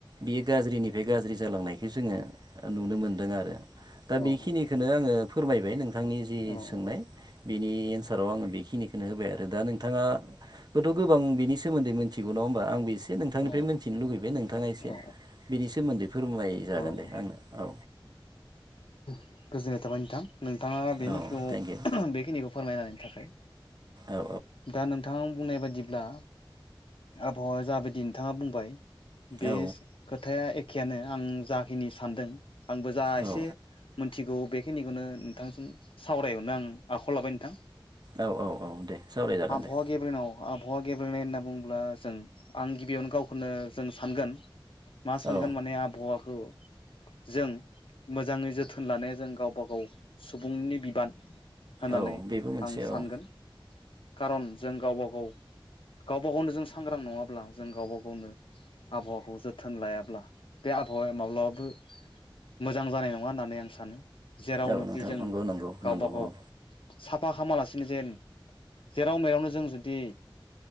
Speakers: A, on the right; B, on the left.
A: बेयो गाज्रिनिफ्राय गाज्रि जालांनायखौ जोङो नुनो मोनदों आरो दा
B: औ
A: बेखिनिखौनो आङो फोरमायबाय नोंथांनि जि
B: औ
A: सोंनाय बिनि एन्साराव आङो बेखिनिखौनो होबाय आरो दा नोंथाङा बेथ' गोबां बिनि सोमोन्दै मिथिगौ नङ होनबा आं एसे नोंथांनिफ्राय
B: औ
A: मिन्थिनो लुुबैबाय नों नोंथाङा एसे
B: औ
A: बिनि सोमोन्दै फोरमायाय जागोन
B: औ
A: दे आंनो औ
B: गोजोननाय थाबाय नोंथां नोंथाङा बेखौ
A: औ थेंक इउ
B: बेखिनिखौ फोरमायनायनि थाखाय
A: औ
B: दा नों नोंथां बुंनाय बदिब्ला आबहावाया जाबायदि नोंथाङा बुंबाय बे
A: औ
B: खोथाया एखेयानो आं जाखिनि सानदों आंबो जा
A: औ
B: एसे मोनथिगौ बेखिनिखौनो नोंथांजों सावरायहरनो आं आखायाव लाबाय नोंथां
A: औ औ औ दे सावरायजागोन
B: आबहावा
A: दे
B: गेब्रेेनाव आबहावा गेब्रेनाय होनना बुङोब्ला जों आं गिबियावनो गावखौनो जों सानगोन मा सानगोन
A: औ
B: माने आबहावाखौ जों मोजाङै जोथोन जोथोन लानाया जों गावबा गाव सुबुंनि बिबान होननानै
A: औ बेबो मोनसे
B: आं सानगोन
A: औ
B: खारन जों गावबा गाव गावबा गावनो जों सांग्रां नङाब्ला जों गावबा गावनो आबहावाखौ जोथोन लायाब्ला बे आबहावाया माब्लाबाबो मोजां जानाय नङा होननानै आं सानो जेरावनोखि
A: औ नोंथां
B: जों
A: नंगौ नंगौ
B: गावबा
A: नंगौ
B: गाव
A: औ
B: साफा खालामालासिनो जेन जेराव मेरावनो जों जुदि